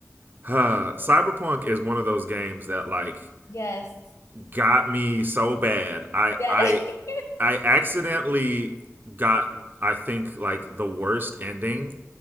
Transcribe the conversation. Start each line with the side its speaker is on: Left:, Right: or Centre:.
Right: huh, Cyberpunk is one of those games that like
Left: Yes.
Right: got me so bad. I
Left: Yeah.
Right: I
Left: <laughs>
Right: I accidentally got I think like the worst ending